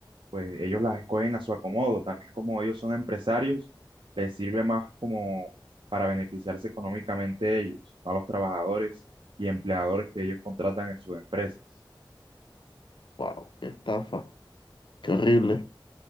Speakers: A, on the right (about 85°); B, on the left (about 70°).
A: pues ellos las escogen a su acomodo. También como ellos son empresarios, les sirve más como para beneficiarse económicamente ellos, no a los trabajadores y empleadores que ellos contratan en sus empresas.
B: wow, qué estafa, qué horrible.